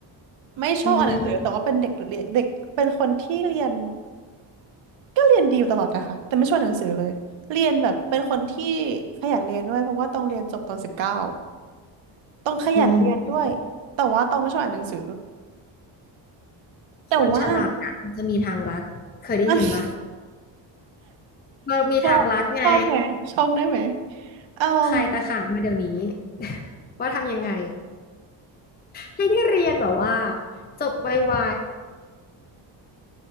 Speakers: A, on the right; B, on the left.
A: ไม่ชอบอ่านหนังสือแต่ว่าเป็นเด็กเรียนเด็กเป็นคนที่เรียน
B: อืม
A: ก็เรียนดีอยู่ตลอดนะคะแต่ไม่ชอบอ่านหนังสือเลยเรียนแบบเป็นคนที่ขยันเรียนด้วยเพราะว่าตองเรียนจบตอนสิบเก้า ต้องขยันเรียนด้วยแต่ว่าต้องไม่ชอบอ่านหนังสือ
B: อืม
A: แต่ว่า
B: คนฉลาดอ่ะมันจะมีทางลัดเคยได้ยินปะ
A: มัน <laughs>
B: เออมีทางลัดไง
A: ชอบชอบไหมชอบได้ไหมเอ่ม
B: ใครตะขาบมาเดี๋ยวนี้ <laughs> ว่าทำยังไงให้ได้เรียนแบบว่าจบไว